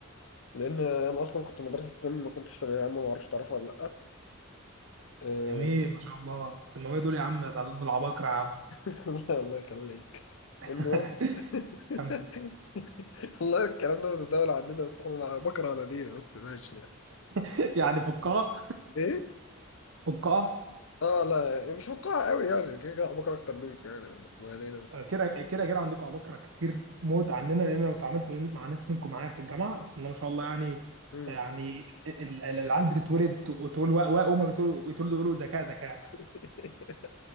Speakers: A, on the left; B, on the right.
A: لأن أنا أصلا كنت مدرسة تم ما كنتش ثانوية عامة ما أعرفش تعرفها ولا لأ أه،
B: جميل ما شاء الله استماويه دول يا عم ده دول عباقرة يا عم
A: <laughs> الله يخليك
B: <laughs>
A: المهم <laughs>
B: كمل.
A: والله الكلام ده متداول عندنا بس احنا بكره انانينا بس ماشي يعني
B: <laughs> يعني فقاعة
A: ايه
B: فقاعة
A: اه لا يعني مش فقاعة قوي يعني كده كده بكره اكتر منكم يعني ما علينا بس
B: كده كده كده عندكم عباقرة كتير موت عننا لأن أنا اتعاملت مع ناس منكم معايا في الجامعة بسم الله ما شاء الله يعني
A: مم.
B: يعني ال- ال- العيال بتتولد تقول واء واء هما بيتولدوا يتولدوا يقولوا ذكاء ذكاء
A: <laughs>